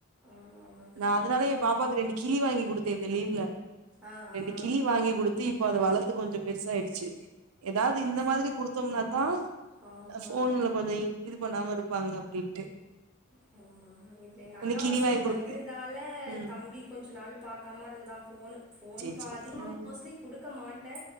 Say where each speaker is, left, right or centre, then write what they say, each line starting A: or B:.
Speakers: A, in the centre; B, on the right.
A: ஆமா ஆமா கண்டிப்பா
B: நா அதனால எ பாப்பாக்கு ரெண்டு கிளி வாங்கி குடுத்தே இந்த லீவ்ல
A: ஆ
B: ரெண்டு
A: ஆ
B: கிளி வாங்கி குடுத்து இப்போ அத வளர்த்து கொஞ்சப் பெருசாயிடுச்சி எதாவது இந்த
A: ஃபோன்
B: மாதிரி குடுத்தோம்னாத்தா
A: ஆமா
B: ஃபோன்ல கொஞ்சோ இ இது பண்ணாம இருப்பாங்க அப்டின்ட்டு
A: பொம்மா இப்ப எங்க
B: ஒன்னு
A: அக்கா
B: கிளி
A: பசங்க
B: வாங்கி
A: வந்துதால
B: குடுப்பே ம்
A: தம்பி கொஞ்சோ நாலுப் பாக்காம இருந்தா ஃபோனு ஃபோன்பா
B: சேரி சேரி
A: அதிகமா
B: ம்
A: மோஸ்ட்லி குடுக்க மாட்டே